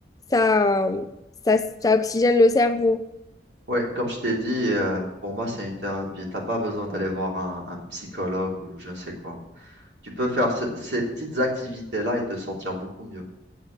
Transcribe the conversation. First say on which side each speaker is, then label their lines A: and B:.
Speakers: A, on the left (about 20°); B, on the right (about 75°).
A: ça, ça, ça oxygène le cerveau.
B: Ouais, comme je t'ai dit, euh, pour moi, c'est une thérapie. T'as pas besoin d'aller voir un, un psychologue ou je ne sais quoi. Tu peux faire ce- ces petites activités-là et te sentir beaucoup mieux.